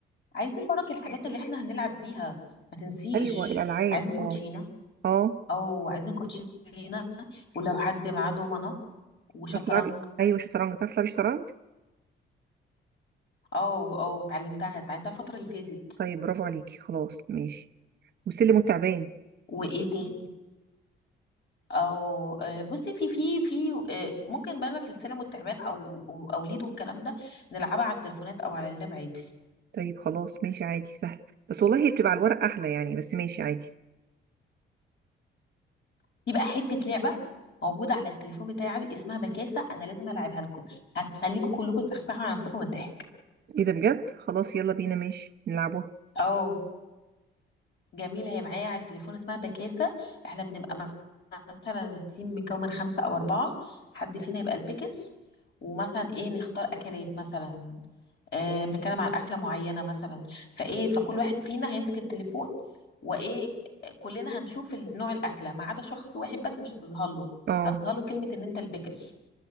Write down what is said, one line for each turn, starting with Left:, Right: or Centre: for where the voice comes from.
Left: عايزين برك الحاجات اللي احنا هنلعب بيها ما تنسيش
Right: ايوه الالعاب
Left: عايزين كوتشينه
Right: اه اه
Left: او عايزين كوتشينه ولو حد معاه دومنه وشطرنج
Right: تعرفي تلعبي ايوه شطرنج تعرفي تلعبي شطرنج
Left: او او اتعلمتها اتعلمتها الفتره اللي فاتت
Right: طيب برافو عليكي خلاص ماشي والسلم والتعبان
Left: وايه تاني او آه، بصي في في في آه، ممكن بالك السلم والتعبان او او أو ليدو والكلام ده نلعبها على التليفونات او على اللاب عادي
Right: طيب خلاص ماشي عادي سهل بس والله هي بتبقى على الورق احلى يعني بس ماشي عادي
Left: في بقى حته لعبه موجوده على التليفون بتاعي عادي اسمها بكاسه انا لازم العبها لكم هتخليكم كلكم تسخسخوا على نفسكم من الضحك
Right: ايه ده بجد خلاص يلا بينا ماشي نلعبوها
Left: اه جميلة هي معايا على التليفون اسمها بكاسة احنا بنبقى م- مثلا التيم مكون من خمسة أو أربعة حد فينا يبقى البكس ومثلا ايه نختار أكلات مثلا اه بنتكلم عن أكلة معينة مثلا فايه فكل واحد فينا هيمسك التليفون وايه كلنا هنشوف ال- نوع الأكلة ما عدا شخص واحد بس مش هتظهر له
Right: اه
Left: هتظهر له كلمة إن أنت البكس